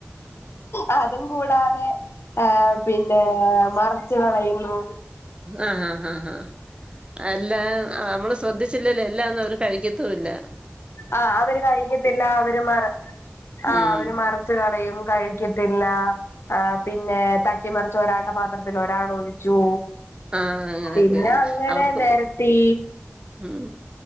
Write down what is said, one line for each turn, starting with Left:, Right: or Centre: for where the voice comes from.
Left: അ അതും കൂടാതെ ആ പിന്നെ മറിച്ച് കളയുന്നു.
Right: ആ ആആഹ് ആ അല്ല നമ്മള് ശ്രദ്ധിച്ചില്ലേലെ എല്ലാ ഒന്നും അവര് കഴിക്കത്തൂല്ലാ.
Left: ആ അവര് കഴിക്കത്തില്ല അവര് മറ ആ
Right: ഉം
Left: അവര് മറച്ച് കളയും കഴിക്കത്തില്ല. ആ പിന്നെ തട്ടിമറിച്ച് ഒരാളുടെ പാത്രത്തില് ഒരാള് ഒഴിച്ചു.
Right: ആ അങ്ങനൊക്കെ
Left: പിന്നെ അങ്ങനെ
Right: അവ് സൂ
Left: നെരത്തി
Right: ഉം